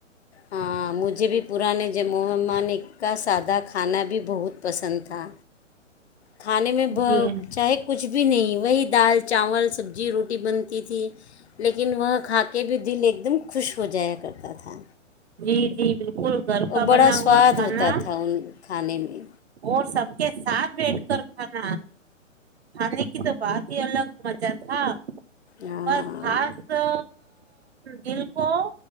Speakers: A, on the left; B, on the right.
A: ہاں مجھے بھی پرانے ج مہمان کا سادہ کھانا بھی بہت پسند تھا کھانے میں چاہے
B: جی
A: کچھ کچھ بھی نہیں وہی دال چاول سبزی روٹی بنتی تھی لیکن وہ کھا کے بھی دل ایک دم خوش ہو جایا کرتا تھا
B: جی جی بالکل گھر
A: اور
B: کا
A: بڑا
B: بنا
A: سواد
B: ہوا کھانا
A: ہوتا تھا ان کھانے میں
B: اور سب کے ساتھ بیٹھ کر کھانا کھانے کی تو بہت ہی الگ مزہ تھا
A: ہاں
B: بس خاص ا دلکو